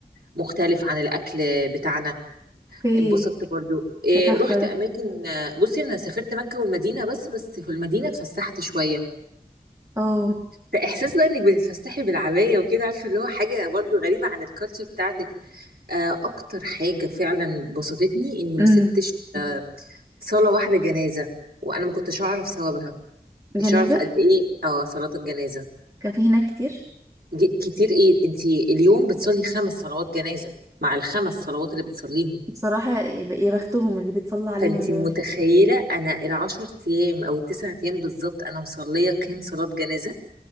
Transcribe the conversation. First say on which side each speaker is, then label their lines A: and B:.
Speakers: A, on the right; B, on the right.
A: مختلف عن الاكل بتاعنا
B: اوكي
A: اتبسطت برضو إيه
B: ده تحفة
A: رحت
B: ده
A: اماكن بصي انا سافرت مكة والمدينة بس بس في المدينة اتفسحت شوية
B: اه
A: فاحساس بقى انك بتتفسحي بالعباية وكده عارفة اللي هو حاجة برضو غريبة عن الكالتشر بتاعتك آه اكتر حاجة فعلا بسطتني اني ما
B: امم
A: سبتش آه صلاة واحدة جنازة وانا ما كنتش اعرف ثوابها
B: جنازة
A: كنتش اعرف قد ايه اه صلاة الجنازة
B: كان في هناك كتير
A: دي كتير ايه انت اليوم بتصلي خمس صلوات جنازة مع الخمس صلوات اللي بتصليهم
B: بصراحة يب- يا بختهم اللي بيتصلى عليهم
A: فانتي
B: دول
A: متخيلة انا العشر ايام او التسع ايام بالظبط انا مصلية كام صلاة جنازة